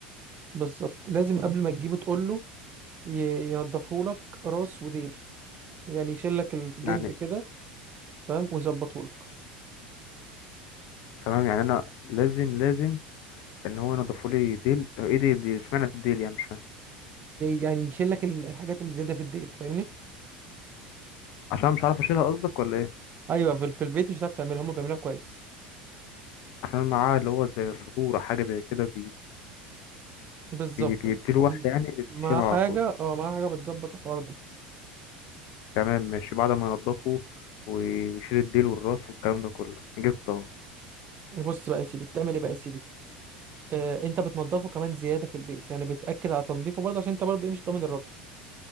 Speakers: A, on the right; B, on the left.
A: بالظبط لازم قبل ما تجيبه تقول له ينضفه لك راس وديل يعني يشيل لك الجلد
B: يعني
A: كده فاهم ويظبطه لك
B: تمام يعني انا لازم لازم ان هو ينضفوا لي ديل ايه ديل دي اشمعنى الديل يعني مش فاهم
A: يعني يشيل لك ال- الحاجات اللي زياده في الديل فاهمني
B: عشان مش عارف اشيلها قصدك ولا ايه
A: ايوه في, ال- في البيت مش هتعرف تعملها هم بيعملوها كويس
B: عشان معاه اللي هو زي سبورة حاجه زي كده
A: بالظبط
B: بي- بيديله واحدة
A: مم.
B: يعني بتشيلها
A: مع حاجه
B: على طول
A: اه مع حاجه بتظبط الحوار ده
B: تمام ماشي بعد ما ينضفه و- ويشيل الديل والراس والكلام ده كله جبته اهو
A: بص بقى يا سيدي بتعمل ايه بقى يا سيدي آه انت بتنضفه كمان زياده في البيت يعني بتاكد على تنظيفه برضه عشان انت برضه ايه مش ضامن الراجل